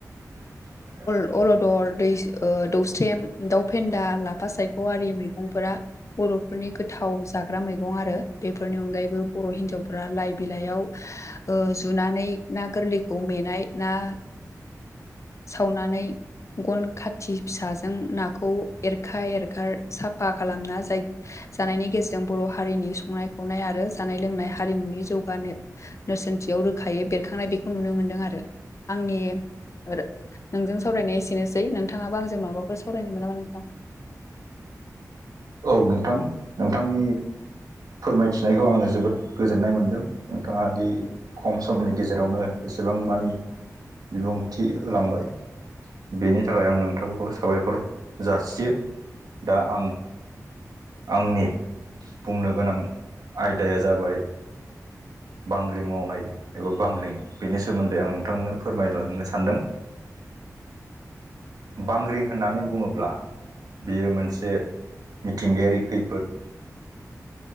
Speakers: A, on the right (about 75°); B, on the left (about 50°).
A: <inaudible>
B: अल'दर दै दौस्रेम दाउ फेन्दा लाफा सायख' आरि मैगंफोरा बर'फोरनि गोथाव जाग्रा मैगं आरो बेफोरनि अनगायैबो बर' हिनजावफ्रा लाइ बिलाइयाव जुनानै ना गोरलैखौ मेनाय ना सावनानै गन खाथि फिसाजों नाखौ एरखा एरखा साफा खालामना जाय जानायनि गेजेरजों बर' हारिनि संनाय खावनाय आरो जानाय लोंनाय हारिमुनि जौगानो नोरसोनथियाव रोखायै बेरखांनाय बेखौ नुनो मोन्दों आरो आंनि नोंथांजों सावरायनाया एसेनोसै नोंथाङाबो आंजों माबाफोर सावरायनायनो मोन नामा नोंथां
A: औ नोंथां नोंथांनि फोरमायथिनायखौ आङो जोबोद गोजोननाय मोनदों नोंथाङा दि
B: उम
A: खम समनि गेजेरावनो एसेबां मानि बिबुंथि होलांबाय बेनि थाखाय आं नोंथांखौ साबायखर जासियो दा आं आंनि बुंनो गोनां आयदाया जाबाय बांग्रिं मावनाय एबा बांग्रिं बेनि सोमोन्दै आं नोंथांनो फोरमायलांनो सानदों बांग्रिं होननानै बुङोब्ला बियो मोनसे मिथिंगायारि खैफोद